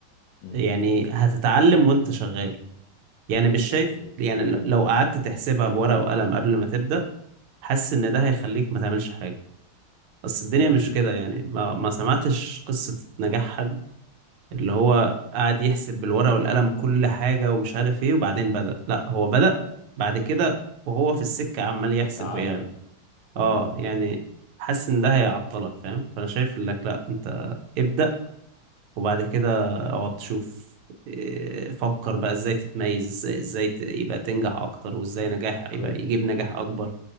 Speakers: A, on the left (about 75°); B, on the right (about 85°).
A: امم
B: يعني هتتعلم وانت شغال يعني مش شايف
A: اوكي
B: يعني ل- لو قعدت تحسبها بورقة وقلم قبل ما تبدأ حاسس ان ده هيخليك ما تعملش حاجة بس الدنيا
A: ماشي
B: مش كده يعني ما, ما سمعتش قصة نجاح حد اللي هو قاعد يحسب بالورقة والقلم كل حاجة ومش عارف ايه وبعدين بدأ لا هو بدأ بعد كده وهو في السكة عمال يحسب
A: اتعلم
B: ويعمل اه
A: امم
B: يعني حاسس ان ده هيعطلك فاهم فانا شايف لك لا انت ابدأ وبعد كده اقعد تشوف إيه، فكر بقى ازاي تتميز ازاي ازاي ت- يبقى تنجح اكتر وازاي نجاح
A: اوكي
B: يبقى يجيب نجاح اكبر